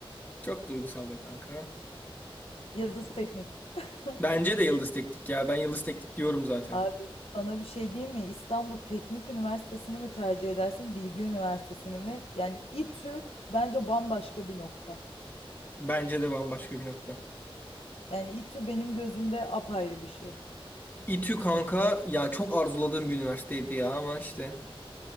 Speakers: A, on the left (about 20°); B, on the left (about 75°).
A: Çok duygusal be kanka.
B: Yıldız Teknik. <laughs>
A: Bence de Yıldız Teknik ya. Ben Yıldız Teknik diyorum zaten.
B: Abi sana bir şey diyeyim mi? İstanbul Teknik Üniversitesi'ni mi tercih edersin, Bilgi Üniversitesi'ni mi? Yani İTÜ bence bambaşka bir nokta.
A: Bence de bambaşka bir nokta.
B: Yani İTÜ benim gözümde apayrı bir şey.
A: İTÜ kanka ya çok arzuladığım bir üniversiteydi ya ama işte